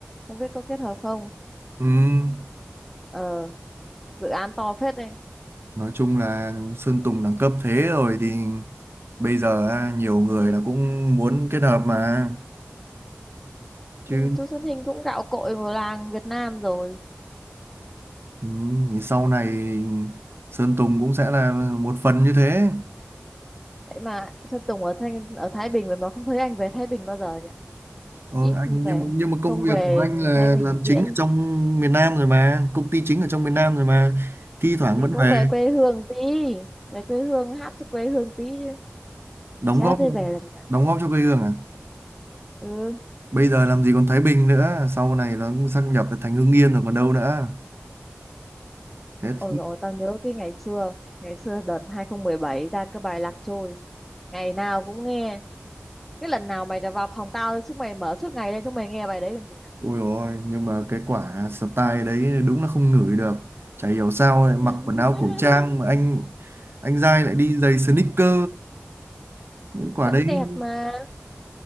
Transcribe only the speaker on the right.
ừm,
nói chung là Sơn Tùng đẳng cấp thế rồi thì bây giờ à, nhiều người là cũng muốn kết hợp mà chứ
ừm, thì sau này Sơn Tùng cũng sẽ là một phần như thế
Ờ,
anh
nhưng mà- nhưng mà công
việc
của anh là
làm chính
ở trong miền Nam rồi mà công ty chính ở trong miền Nam rồi mà thi thoảng
vẫn
về
đóng
góp
đóng góp cho quê hương à
bây giờ làm gì còn Thái Bình nữa sau này nó sáp nhập thành Hưng Yên rồi còn đâu nữa thế
ôi ôi nhưng mà cái quả style đấy đúng là không ngửi được chả hiểu sao lại mặc
quần áo cổ trang mà anh anh Giai lại đi giày sneaker Cái quả
đấy